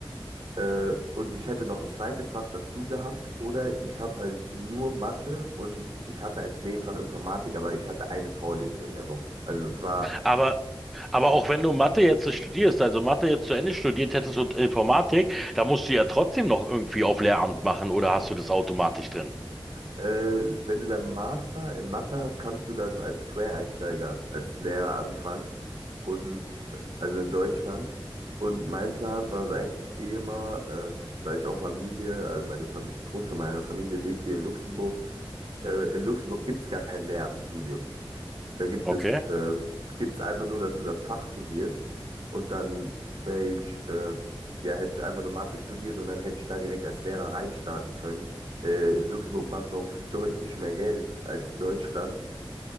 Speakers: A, on the right; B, in the centre.
A: Äh, und ich hätte noch ein zweites Fach dazu gehabt. Oder ich habe halt nur Mathe und ich hatte als Nebenfach Informatik, aber ich hatte eine Vorlesung in der Woche. Also es war
B: Aber Aber auch wenn du Mathe jetzt äh, studierst, also Mathe jetzt zu Ende studiert hättest und Informatik, da musst du ja trotzdem noch irgendwie auf Lehramt machen oder hast du das automatisch drin?
A: Äh, wenn du deinen Master in Mathe hast, kannst du dann als Quereinsteiger, als Lehrer anfangen. Und äh, also in Deutschland. Und mein Plan war es eigentlich eh immer, äh, weil ich auch Familie, also meine Fam Großteil meiner Familie lebt hier in Luxemburg. Äh, in Luxemburg gibt es gar kein Lehramtsstudium. Da gibt
B: Okay.
A: es, äh, gibt's einfach nur, dass du das Fach studierst und dann wäre ich, äh, ja, hätte ich einfach nur Mathe studiert und dann hätte ich da direkt als Lehrer reinstarten können. Äh, in Luxemburg machst du auch <laughs> deutlich mehr Geld als Deutschland.